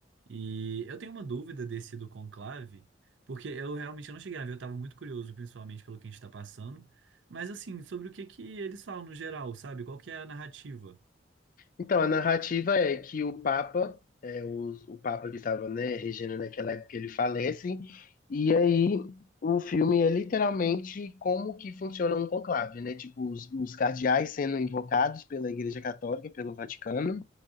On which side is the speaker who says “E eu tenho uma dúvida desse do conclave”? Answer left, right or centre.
Right